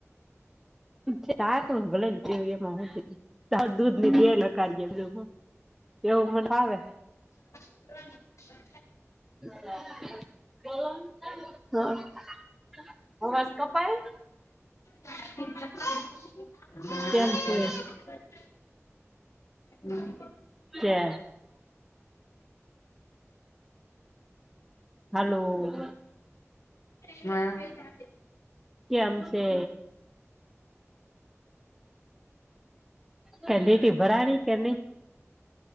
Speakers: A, in the centre; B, on the left.
A: <unintelligible> પણ ભલે થ્યુ એમાં હું થ્યુ પણ દૂધ <unintelligible> હું એવું મને ભાવે
B: <unintelligible> <inaudible>
A: હા <unintelligible> અવાજ કપાય હે
B: હ <unintelligible> હા,
A: કેમ છે
B: હમ.
A: કે. હલો.
B: હા.
A: કેમ છે? કેડિટી ભરાણી કે નઈ.